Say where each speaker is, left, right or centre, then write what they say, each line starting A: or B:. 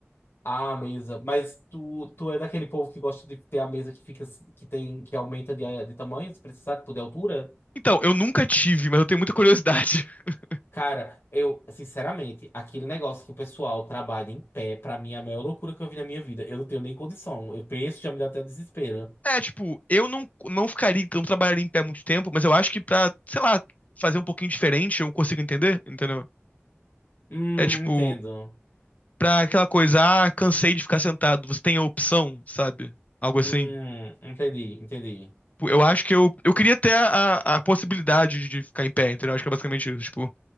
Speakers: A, on the left; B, on the left.
A: Ah, a mesa. Mas tu, tu é daquele povo que gosta de ter a mesa que fica, que tem, que aumenta de, de tamanho, se precisar, tipo, de altura?
B: Então, eu nunca tive, mas eu tenho muita curiosidade. <laughs>
A: Cara, eu, sinceramente, aquele negócio que o pessoal trabalha em pé, pra mim é a maior loucura que eu vi na minha vida. Eu não tenho nem condição. Eu penso, já me dá até desespero.
B: É, tipo, eu não, não ficaria, então, não trabalharia em pé muito tempo, mas eu acho que pra, sei lá, fazer um pouquinho diferente, eu consigo entender, entendeu?
A: Hum,
B: É tipo,
A: entendo.
B: pra aquela coisa, ah, cansei de ficar sentado, você tem a opção, sabe? Algo
A: Hum,
B: assim.
A: entendi, entendi.
B: Tipo, Eu acho que eu, eu queria ter a, a possibilidade de ficar em pé, entendeu? Acho que é basicamente isso. Tipo,